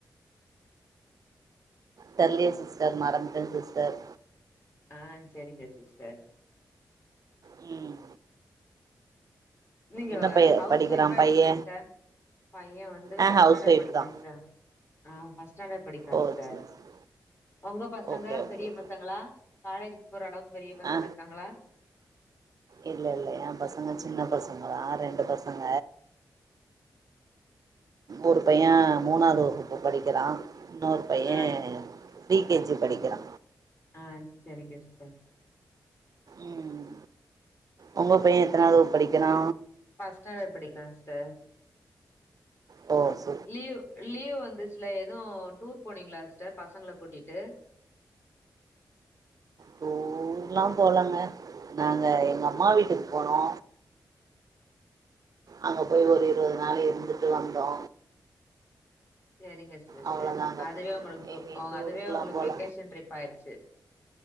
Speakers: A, on the right; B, on the left.
A: தெர்லயே சிஸ்டர் மறந்துட்ட சிஸ்டர்
B: ஆ சேரிங்க சிஸ்டர்
A: ம்
B: நீங்க
A: என்ன பைய
B: ஹவுஸ்
A: படிக்கிறா
B: ஒய்ப்ஃபா எப்டி
A: பைய
B: சிஸ்டர் பைய வந்து
A: ஆ
B: ஃபஸ்ட்
A: ஹவுஸ்
B: ஸ்டேண்டர்ட்
A: ஒய்ஃப்
B: படிக்குறா
A: தா
B: சிஸ் ஆ அவ ஃபஸ்ட் ஸ்டேண்டட் படிக்குறா
A: ஓ
B: சிஸ்டர்
A: சரி சரி
B: உங்க பசங்க
A: ஓகே ஓகே
B: பெரிய பசங் பசங்களா காலேஜ்க் போற அளவுக் பெரிய பசங்க
A: ஆ
B: இருக்காங்களா
A: இல்ல இல்ல எ பசங்க சின்ன பசங்கதா ரெண்டு பசங்க ஒரு பைய மூணாது வகுப்பு படிக்குறா இன்னொரு பைய
B: ஆ
A: பிரீ கே ஜி படிக்குறா
B: ஆ சேரிங்க சிஸ்டர்
A: ம் உங்க பைய எத்தனாவகுப்பு படிக்குறா
B: ஃபஸ்ட் ஸ்டாண்டர்ட் படிக்குறா சிஸ்டர்
A: ஓ செ
B: லீவ் லீவ் வந்துச்சுல்ல எது டூர் போனீங்ளா சிஸ்டர் பசங்கள கூட்டிட்டு
A: டூர்லா போலங்க நாங்க எங்க அம்மா வீட்டுக் போனோ அங்க போய் ஒரு இருவது நாள் இருந்துட்டு வந்தோ
B: சேரிங்க சிஸ்டர்
A: அவ்ளோதாங்க
B: அதுவே உங்குளுக்கு டூர்
A: எங்கயு
B: அ
A: டூருக்குலா
B: அதுவே உங்குளுக்கு
A: போல
B: வெக்கேஷன் ட்ரிப் ஆய்ருச்சு